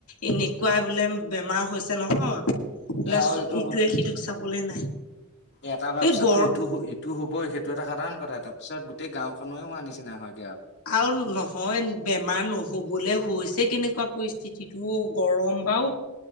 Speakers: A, on the left (about 85°); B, on the left (about 50°).
A: এনেকুৱা বোলে বেমাৰ হৈছে নহয় বোলে।
B: এ আৰু এইটো
A: ইটোৱে সিটোক চাবলে নাই
B: এটা হোৱাৰ
A: এই
B: পিছতো
A: গৰ
B: ইটো ইটো হবই সেইটো এটা সাধাৰণ কথা এ তাৰ পিছত গোটেই গাঁওখনেও হোৱা নিচিনা হয়।
A: আৰু নহয় বেমাৰ নহব। বলে হৈছে কেনেকুৱা পৰিস্থিতিটো গৰম বা